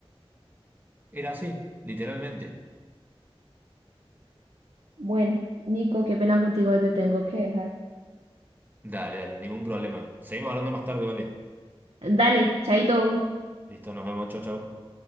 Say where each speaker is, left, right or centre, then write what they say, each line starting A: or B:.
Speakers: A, on the right; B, on the right.
A: Era así, literalmente.
B: Bueno, Nico, qué pena contigo, te tengo que dejar.
A: Dale, dale, ningún problema. Seguimos hablando más tarde, ¿vale?
B: Dale, chaito.
A: Listo, nos vemos, chao, chao.